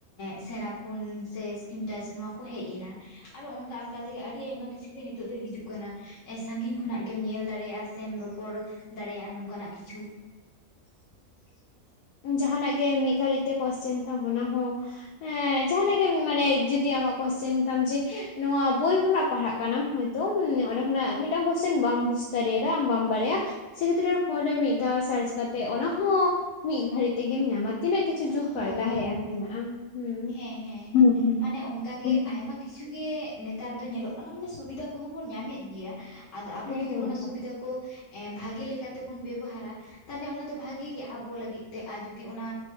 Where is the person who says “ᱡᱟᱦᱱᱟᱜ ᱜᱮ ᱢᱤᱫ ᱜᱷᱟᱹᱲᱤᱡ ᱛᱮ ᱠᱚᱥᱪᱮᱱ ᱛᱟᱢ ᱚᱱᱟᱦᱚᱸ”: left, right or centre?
Left